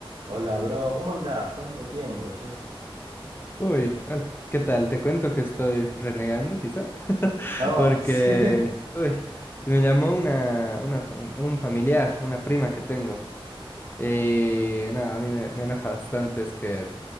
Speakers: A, on the right; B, on the left.
A: Hola, bro, ¿cómo andás? Tanto tiempo, che.
B: Uy, hola, ¿qué tal? Te cuento que estoy renegando, quizá, <laughs>
A: Oh,
B: porque,
A: <laughs> sí.
B: uy, me llamó una, una, un un familiar, una prima que tengo, y nada, a mí me, me enoja bastante, es que